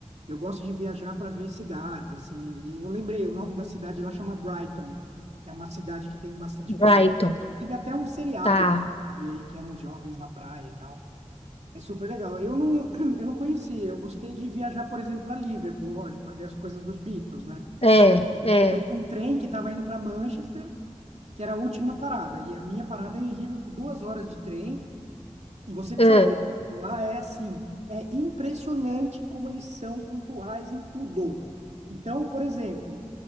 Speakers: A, on the right (about 65°); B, on the left (about 55°).
A: eu gosto de viajar para ver cidades, assim. E eu lembrei, o nome da cidade lá chama Brighton. É uma cidade que tem bastante
B: Brighton,
A: praia. Tive até um seriado
B: tá.
A: com esse filme aí, que eram os jovens na praia e tal. É super legal. Eu não, <clears throat> eu não conhecia, eu gostei de viajar, por exemplo, para Liverpool, lógico, para ver as coisas dos Beatles, né?
B: É, é,
A: Eu peguei um trem que estava indo para Manchester, que era a última parada, e a minha parada é em Liverpool, duas horas de trem. E você precisa
B: é,
A: ver, lá é assim, é impressionante como eles são pontuais em tudo. Então, por exemplo,